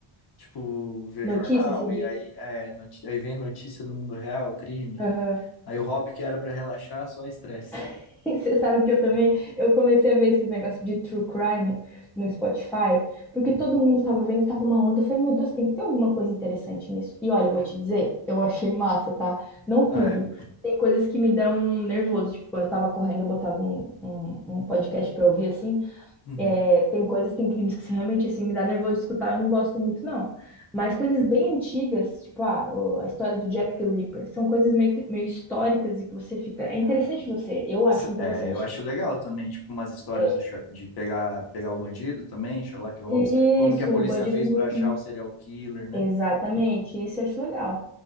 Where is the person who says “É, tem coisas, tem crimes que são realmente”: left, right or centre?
Centre